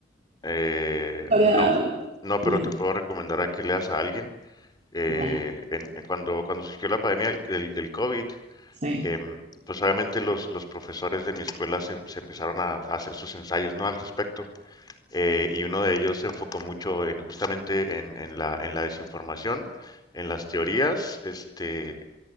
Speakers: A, on the left; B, on the right.
A: Eh,
B: Para...
A: no, no, pero
B: No,
A: te puedo recomendar a que leas a alguien. Eh,
B: no,
A: en- en cuando, cuando surgió la pandemia del, del- del COVID,
B: sí.
A: em, pues obviamente los, los profesores de mi escuela se, se empezaron a, a hacer sus ensayos, ¿no? Al respecto. Eh, y uno de ellos se enfocó mucho en justamente en, en la, en la desinformación, en las teorías. Este,